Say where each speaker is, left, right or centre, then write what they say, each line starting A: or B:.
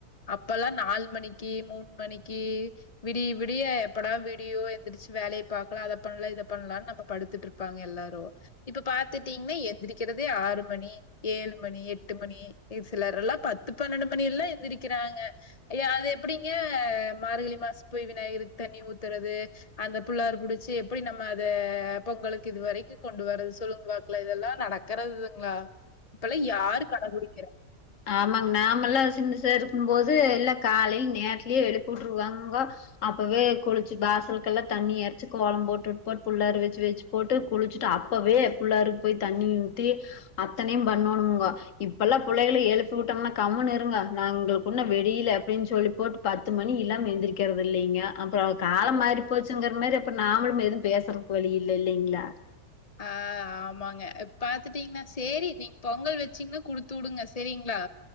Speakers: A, on the left; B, on the left.
A: அப்பல்லா நால் மணிக்கி மூண் மணிக்கி விடிய விடிய எப்படா விடியோ எந்திரிச்சு வேலைய பாக் அப்பலா பண்ணலா இத பண்ணலாம்ன்னு நம்ம படுத்துட்டு இருப்பாங்க எல்லாரு இப்ப பாத்துட்டீங்னா எந்திரிக்கறதே ஆறு மணி ஏழு மணி எட்டு மணி எ சிலர்ரல்லா பத்து பன்னெண்டு மணியெல்லா எந்திரக்கிறாங்க ஏ அது எப்டிங்க மார்கழி மாசோ போய் விநாயகருக்கு தண்ணி ஊத்தறது அந்த புள்ளார் புடிச்சி எப்டி நம்ம அத பொங்கலக்கு இது வரைக்கு கொண்டு வரது சொல்லுங் பாக்கலா இதெல்லா நடக்கறதுங்ளா இப்பல்லா யாரு கட புடிக்கிற
B: ஆமாங் நாமல்லா சின்ன சா இருக்கும் போது எல்லா காலையில் நேர்த்திலே எழுப்புட்டுருவாங்கோ அப்பவே குளிச்சு வாசல்கெல்லா தண்ணி எறச்சி கோலம் போட்டு வுட்டு போட் புள்ளாறு வெச்சு வெச்சு போட்டு குளிச்சுட்டு அப்பவே புல்லாருக்கு போய் தண்ணி ஊத்தி அத்தனையு பண்ணோணுங்கோ இப்பல்லா புள்ளைகள எழுப்பி விட்டங்கன்னா கம்ன்னு இருங்க நாங்களுக்குன்னு விடியல அப்டின் சொல்லி போட் பத்து மணி இல்லாம் எந்திரிக்கிறது இல்லைங்க அப்புறம் காலம் மாறி போச்சுங்கிற மாதிரி அப்ப நாமளு எதுவும் பேசற வழியில்ல இல்லைங்ளா
A: ஆ ஆமாங்க பாத்துட்டீங்கன்னா சேரி நீங்க பொங்கல் வெச்சீங்ன்னா குடுத்து வுடுங்க செரிங்ளா